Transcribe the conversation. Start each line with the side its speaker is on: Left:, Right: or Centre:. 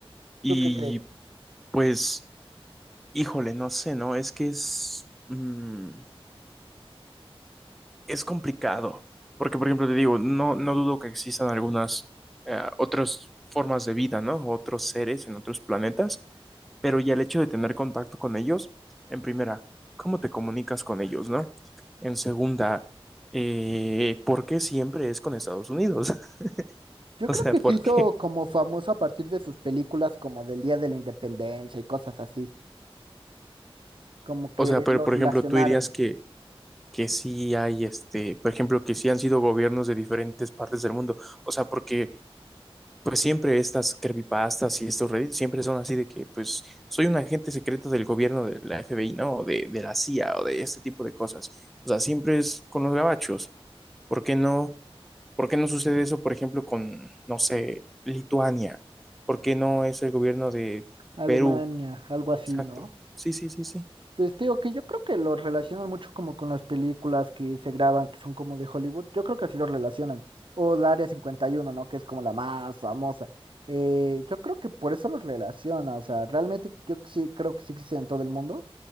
Centre: Y
Right: ¿Tú qué crees?
Centre: pues, híjole, no sé, ¿no? Es que es, mm, es complicado. Porque, por ejemplo, te digo, no, no dudo que existan algunas eh, otras formas de vida, ¿no? Otros seres en otros planetas, pero ya el hecho de tener contacto con ellos, en primera, ¿cómo te comunicas con ellos, ¿no? En segunda, eh, ¿por qué siempre es con Estados Unidos? <laughs> <laughs>
Right: Yo
Centre: O
Right: creo
Centre: sea,
Right: que
Centre: ¿por
Right: se hizo
Centre: qué?
Right: como famoso a partir de sus películas como del Día de la Independencia y cosas así. como que
Centre: O sea, pero
Right: los
Centre: por
Right: relacionaron.
Centre: ejemplo, tú dirías que, que sí hay, este, por ejemplo, que sí han sido gobiernos de diferentes partes del mundo. O sea, porque pues siempre estas creepypastas y estos reddits siempre son así de que pues soy un agente secreto del gobierno de la FBI, ¿no? O de, de la CIA o de este tipo de cosas. O sea, siempre es con los gabachos. ¿Por qué no? ¿Por qué no sucede eso, por ejemplo, con, no sé, Lituania? ¿Por qué no es el gobierno de
Right: Alemania,
Centre: Perú?
Right: algo así,
Centre: Exacto.
Right: ¿no?
Centre: Sí, sí, sí, sí.
Right: Pues te digo que yo creo que los relacionan mucho como con las películas que se graban, que son como de Hollywood. Yo creo que así los relacionan. O el Área cincuenta y uno ¿no? Que es como la más famosa. Eh, yo creo que por eso los relaciona. O sea, realmente yo sí creo que sí existen en todo el mundo,